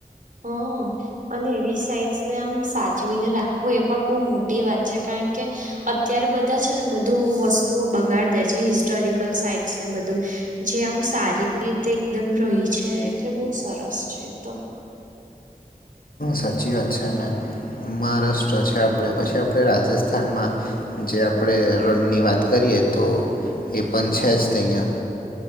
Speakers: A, on the right (about 65°); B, on the left (about 80°).
A: હા અ. અને એવી સાઇટ્સ ને આમ સાચવીને રાખવું એ પણ બહ મોટી વાત છે કારણ કે અત્યારે બધા છે ને બધું વસ્તુઓ બગાડ દે છે હિસ્ટોરિકલ સાઈટ્સ ને બધું. જે આમ સારી રીતે એકદમ રહી છે એટલે બહુ સરસ છે તો.
B: સાચી વાત છે ને મહારાષ્ટ્ર છે આપણે પછી આપણે રાજસ્થાનમાં. જે આપણે રણની વાત કરીએ તો એ પણ છે જ તહીંયા.